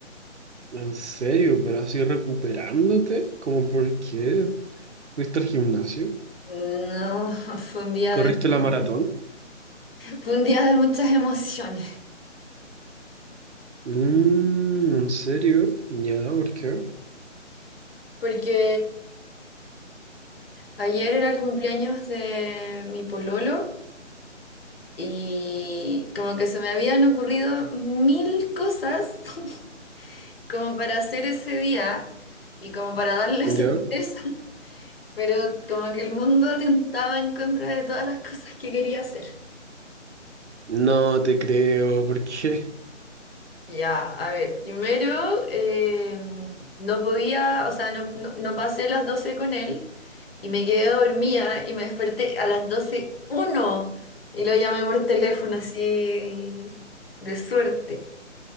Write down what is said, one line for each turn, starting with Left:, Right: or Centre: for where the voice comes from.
Right: ¿En serio? ¿Pero así recuperándote? ¿Cómo por qué? ¿Fuiste al gimnasio?
Left: No, fue un día
Right: ¿Corriste
Left: de,
Right: la Sí, maratón?
Left: fue un día de muchas emociones,
Right: Mm, ¿en serio? ¿Ya? ¿Por qué?
Left: porque ayer era el cumpleaños de mi pololo y como que se me habían ocurrido mil cosas <laughs> como para hacer ese día y como para darle
Right: ¿Ya?
Left: <laughs> sorpresa. Pero como que el mundo atentaba en contra de todas las cosas que quería hacer.
Right: No te creo, ¿por qué?
Left: Ya, a ver, primero eh, no podía, o sea, no, no, no pasé las 12 con él y me quedé dormida y me desperté a las doce uno y lo llamé por teléfono así de suerte.